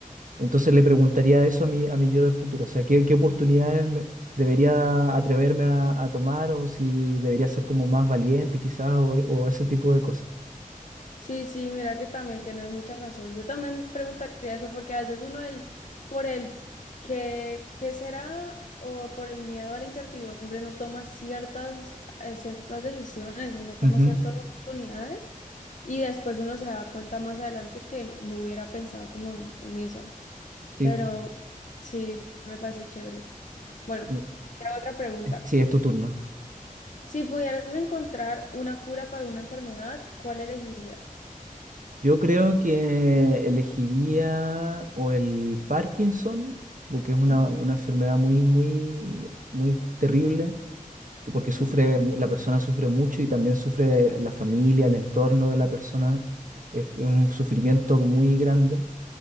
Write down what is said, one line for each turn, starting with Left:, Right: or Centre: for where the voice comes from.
Right: Entonces le preguntaría eso a mi, a mi yo del futuro. O sea, ¿qué, qué oportunidades me- debería atreverme a, a tomar o si debería ser como más valiente quizás o, o ese tipo de cosas?
Left: Sí, sí, mira que también tienes mucha razón. Yo también preguntaría eso porque a veces uno el, por el que, qué será o por el miedo a la incertidumbre no toma ciertas, eh, ciertas decisiones o no toma
Right: Ujú,
Left: ciertas oportunidades y después uno se da cuenta más adelante que no hubiera pensado como en eso.
Right: Sí,
Left: Pero
Right: po.
Left: sí, me parece chévere. Bueno,
Right: Eh,
Left: te hago otra pregunta.
Right: Sí, es tu turno.
Left: Si pudieras encontrar una cura para una enfermedad, ¿cuál elegirías?
Right: Yo creo que elegiría o el Parkinson, porque es una,
Left: Ujú,
Right: una enfermedad muy, muy, muy terrible, que porque sufre,
Left: ujú,
Right: mu- la persona sufre mucho y también sufre la familia, el entorno de la persona. Es que es un sufrimiento muy grande.